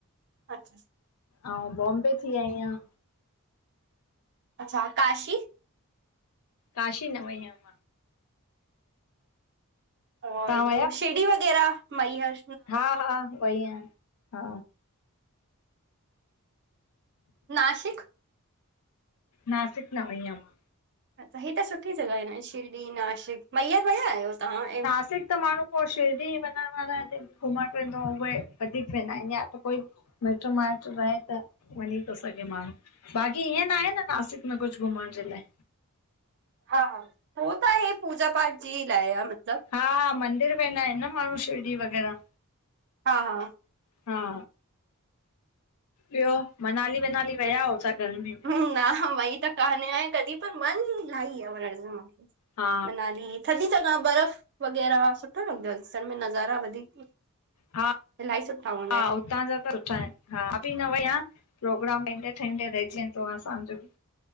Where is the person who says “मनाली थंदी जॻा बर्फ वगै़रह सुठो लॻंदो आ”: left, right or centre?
Right